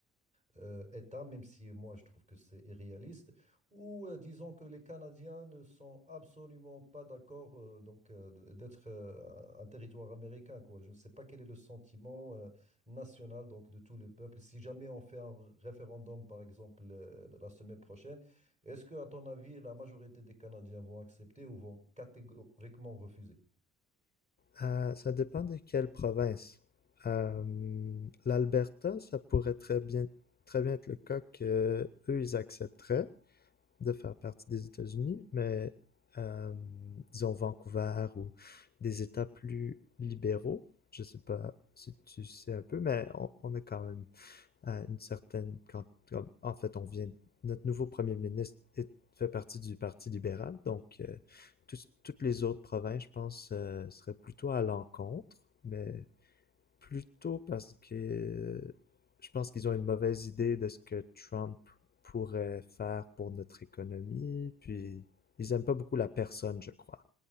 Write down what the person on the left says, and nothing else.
Ah, ça dépend de quelle province. Euh, l'Alberta, ça pourrait très bien, très bien être le cas que eux, ils accepteraient de faire partie des États-Unis, mais euh, disons Vancouver ou des États plus libéraux. Je sais pas si tu sais un peu, mais on, on est quand même à une certaine quand comme, en fait on vient notre nouveau premier ministre est, fait partie du Parti libéral, donc euh, tous- toutes les autres provinces, je pense, euh, seraient plutôt à l'encontre, mais plutôt parce que euh, je pense qu'ils ont une mauvaise idée de ce que Trump pourrait faire pour notre économie, puis ils aiment pas beaucoup la personne, je crois,